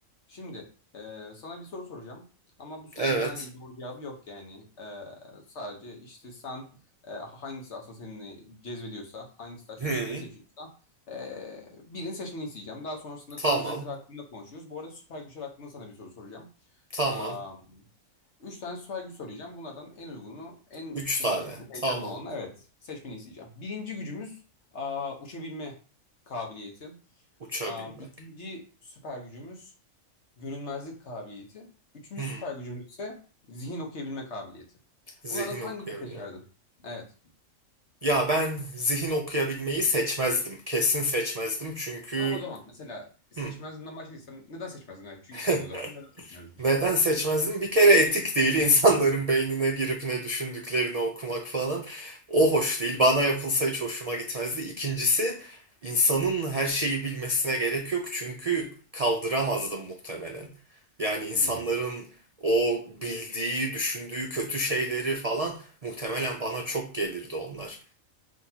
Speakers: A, on the left; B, on the right.
A: Şimdi e, sana bir soru soracağım ama bu sorunun
B: Evet.
A: herhangi bir doğru cevabı yok yani. E, sadece işte sen e, hangisi aslında seni cezbediyorsa, hangisi daha çok
B: Hı.
A: ilgini seçiyorsa e, birini seçmeni isteyeceğim. Daha sonrasında
B: Tamam.
A: tüm özellikler hakkında konuşuyoruz. Bu arada süper güçler hakkında sana bir soru soracağım.
B: Tamam.
A: Am, üç tane süper güç söyleyeceğim. Bunlardan en uygunu, en
B: Üç
A: senin
B: tane.
A: için
B: Tamam.
A: heyecanlı olanı evet seçmeni isteyeceğim. Birinci gücümüz aa, uçabilme kabiliyeti.
B: Uçabilmek.
A: Am, ikinci süper gücümüz görünmezlik kabiliyeti. Üçüncü
B: Hı.
A: süper gücümüz ise zihin okuyabilme kabiliyeti.
B: Zihin
A: Bunlardan hangisini
B: okuyabilmek.
A: seçerdin? Evet.
B: Ya ben zihin okuyabilmeyi seçmezdim. Kesin seçmezdim çünkü
A: Tamam o zaman mesela seçmezliğinden
B: hı.
A: başladıysan neden seçmezdin? Evet, çünkü
B: <laughs>
A: diyordun zaten neden seçmezdin?
B: Neden seçmezdim? Bir kere etik değil <laughs> insanların beynine girip ne düşündüklerini okumak falan. O hoş değil. Bana yapılsa hiç hoşuma gitmezdi. İkincisi insanın her şeyi bilmesine gerek yok çünkü kaldıramazdım muhtemelen. Yani insanların
A: Hmm.
B: o bildiği, düşündüğü kötü şeyleri falan muhtemelen bana çok gelirdi onlar.